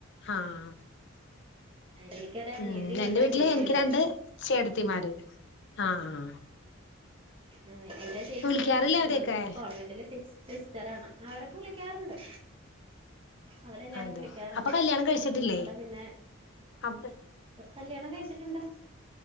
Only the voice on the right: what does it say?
എനിക്കൊരു അനിയത്തിയുണ്ട്
ചേച്ചിയുണ്ട്
ഏഹ് എന്റെ ചേച്ചി
ഏഹ് കോൺവെന്റിലെ സിസ് സിസ്റ്ററാണ്, അവരൊക്കെ വിളിക്കാറ്ണ്ട്. അവരെല്ലാരും
വിളിക്കാറ്ണ്ട്
ഞങ്ങടെ പിന്നെ
കല്യാണം കഴിച്ചിട്ട്ണ്ട്